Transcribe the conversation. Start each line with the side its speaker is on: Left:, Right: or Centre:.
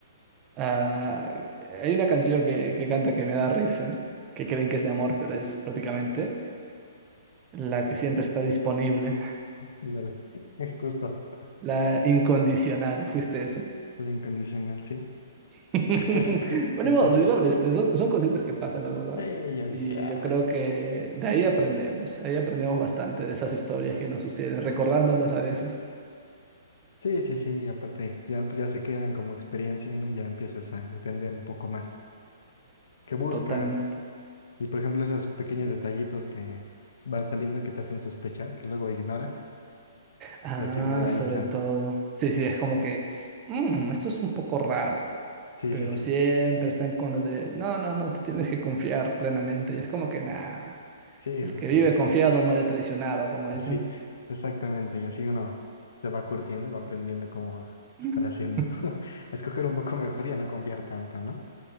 Right: ah, hay una canción que, que canta que me da risa, que creen que es de amor, pero es prácticamente la que siempre está disponible,
Left: Ándale, <laughs> Justo,
Right: la incondicional, fuiste eso.
Left: el incondicional, sí.
Right: <laughs>
Left: <laughs>
Right: Bueno,
Left: Justamente.
Right: ni modo, igual, este, son, son cositas que pasan, la verdad,
Left: Sí, ya
Right: y
Left: dije, "Ay".
Right: yo creo que de ahí aprendemos, ahí aprendemos bastante de esas historias que nos suceden, recordándolas a veces,
Left: Sí, sí, sí, y aparte ya, pues ya se quedan como experiencia, ¿no? Ya empiezas a entender un poco más qué buscas.
Right: total,
Left: Y por ejemplo, esos pequeños detallitos que s- van saliendo que te hacen sospechar, que luego ignoras,
Right: Ah,
Left: y al final ahí
Right: sobre
Left: están.
Right: todo. Sí, sí, es como que, "Mm, esto es un poco raro,
Left: Sí,
Right: pero
Left: sí, sí,
Right: siempre están con lo de, no, no, no, tú tienes que confiar plenamente. Y es como que, nada,
Left: sí,
Right: el
Left: justo.
Right: que vive confiado muere traicionado, como dicen.
Left: Así, exactamente. Y así uno se va curtiendo y va aprendiendo cómo
Right: <laughs>
Left: estar haciendo. <laughs> A escoger un poco mejor y a no confiar tanto, ¿no?